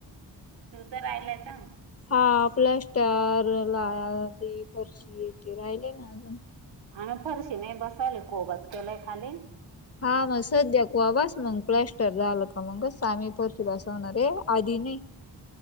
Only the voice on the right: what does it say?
तुमचं राहिलंय का?
आम्ही फरशी नाही. बसायला कोबाच केलाय खाली.